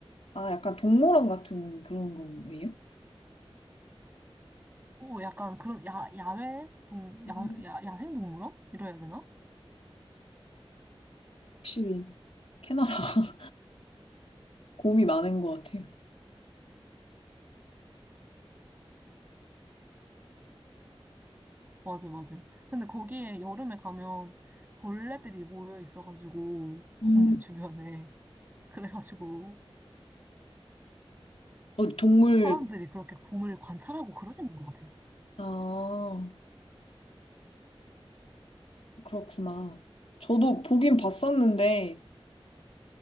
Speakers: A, on the left (about 85°); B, on the right (about 20°).
A: 아, 약간 동물원 같은 그런 거예요?
B: 어, 약간 그런 야, 야외 동, 야,
A: 음.
B: 야, 야생동물원? 이래야 되나?
A: 확실히 캐나다 <laughs> 곰이 많은 것 같아요.
B: 맞아, 맞아요. 근데 거기에 여름에 가면 벌레들이 모여 있어가지고 곰
A: 음.
B: 주변에 <laughs> 그래가지고
A: 어, 동물,
B: 사람들이 그렇게 곰을 관찰하고 그러시는 것 같아요.
A: 아. 그렇구나. 저도 보긴 봤었는데,